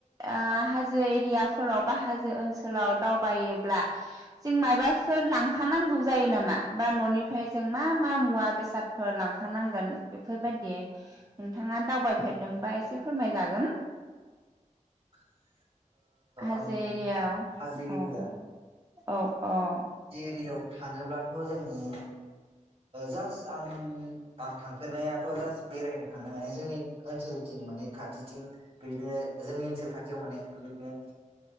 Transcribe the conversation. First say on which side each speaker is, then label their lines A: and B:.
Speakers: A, on the right (about 25°); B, on the right (about 45°).
A: ओ हाजो एरियाफोराव बा हाजो ओनसोलाव दावबायोब्ला जों मायबा फोर लांफानांगौ जायो नामा बा न'निफ्राय जों मा मा मुवा बेसादफोर लांफानांगोन बेफोरबायदि नोंथाङा दावबायफेरदोंबा एसे फोरमायजागोन
B: <inaudible>
A: हाजो
B: आं
A: एरियाव
B: हाजो एरिया
A: औ औ औ
B: बियाव थाङोब्लाथ' जोंनि जास्ट आं आं थांफेरनायाथ' जास्ट बेरायनो थांनाय माने जोंनि ओनसोलथिं माने खाथिथिं बेदिनो जोंनि ओनसोल खाथियाव माने बेबायदिनो